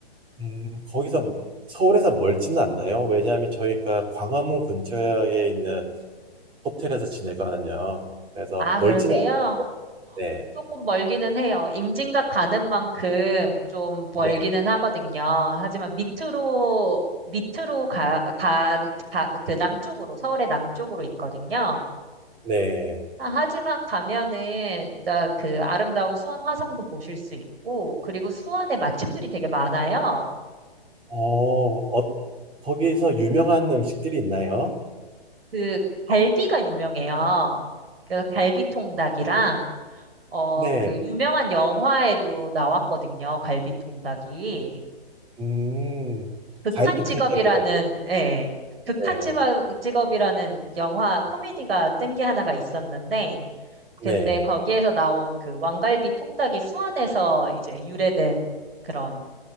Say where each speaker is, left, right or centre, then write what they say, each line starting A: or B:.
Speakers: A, on the right; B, on the right.
A: 음, 거기서 서울에서 멀지는 않나요? 왜냐하면 저희가 광화문 근처에 있는 호텔에서 지내거든요. 그래서
B: 아,
A: 멀지는
B: 그러세요?
A: 않네.
B: 조금 멀기는 해요. 임진각 가는 만큼 좀 멀기는
A: 네, 네.
B: 하거든요. 하지만 밑으로, 밑으로 가, 가, 가, 그 남쪽으로, 서울의 남쪽으로 있거든요.
A: 네.
B: 아, 하지만 가면은 진짜 그 아름다운 수원 화성도 보실 수 있고, 그리고 수원에 맛집들이 되게 많아요.
A: 어, 어, 거기서 유명한 음식들이 있나요?
B: 그 갈비가 유명해요. 그래서 갈비통닭이랑, 어,
A: 네.
B: 그 유명한 영화에도 나왔거든요. 갈비통닭이.
A: 음,
B: 극한
A: 갈비
B: 직업이라는,
A: 통닭이라고?
B: 예, 극한
A: 네,
B: 직업- 직업이라는 영화 코미디가 뜬 게 하나가 있었는데, 근데
A: 네.
B: 거기에서 나온 그 왕갈비 통닭이 수원에서 이제 유래된 그런